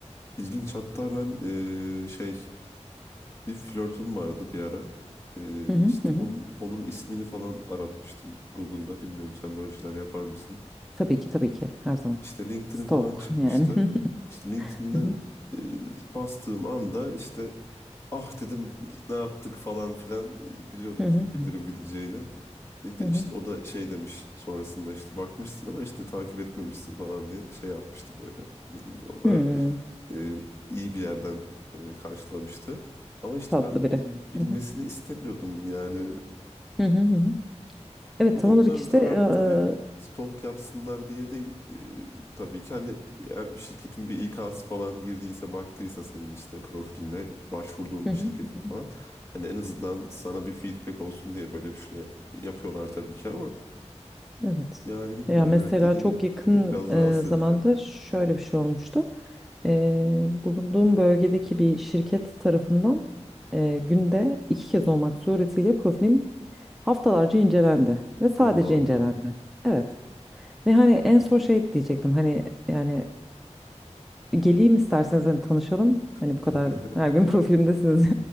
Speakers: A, on the left (about 20°); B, in the centre.
A: ilginç hatta ben e, şey bir flörtüm vardı bir ara. E,
B: Hı hı
A: işte
B: hı. hı.
A: onun onun ismini falan aratmıştım Google'da. Bilmiyorum sen böyle şeyler yapar mısın?
B: Tabii ki tabii ki her zaman.
A: İşte LinkedIn'i
B: Stalk
A: falan çıkmıştı.
B: yani. <laughs>
A: İşte LinkedIn'de
B: Hı hı
A: e, bastığım anda işte ah dedim ne yaptık falan filan E, biliyordum
B: hı hı
A: çünkü bildirim gideceğini. E de
B: hı. hı.
A: işte o da şey demiş sonrasında işte bakmışsın ama işte takip etmemişsin falan diye şey yapmıştı böyle. O da
B: Hmm,
A: e, iyi bir yerden e, karşılamıştı. Ama işte
B: tatlı
A: ben
B: biri.
A: bil- bilmesini
B: Hı hı
A: istemiyordum yani
B: hı hı. hı hı. Evet
A: ama
B: tam olarak
A: onlar
B: işte
A: da art-
B: eee, hı
A: tabii stalk yapsınlar diye değil. Ee, tabii ki hani eğer bir şirketin bir ikazı falan girdiyse baktıysa senin işte profiline başvurduğun
B: hı,
A: bir
B: hı
A: şirketin falan.
B: hı.
A: Hani en azından sana bir feedback olsun diye böyle bir şey yapıyorlar tabii ki ama
B: evet.
A: yani bilmiyorum
B: Ya mesela
A: evet dediğin
B: çok
A: gibi
B: yakın
A: çok biraz
B: eee,
A: rahatsız
B: zamanda
A: edici.
B: şöyle bir şey olmuştu. Eee, bulunduğum bölgedeki bir şirket tarafından eee, günde iki kez olmak suretiyle profilim haftalarca incelendi ve sadece
A: Allah Allah.
B: incelendi. Evet. Ve hani en son şey diyecektim hani yani geleyim isterseniz hani tanışalım. Hani
A: <laughs>
B: bu kadar her gün profilimdesiniz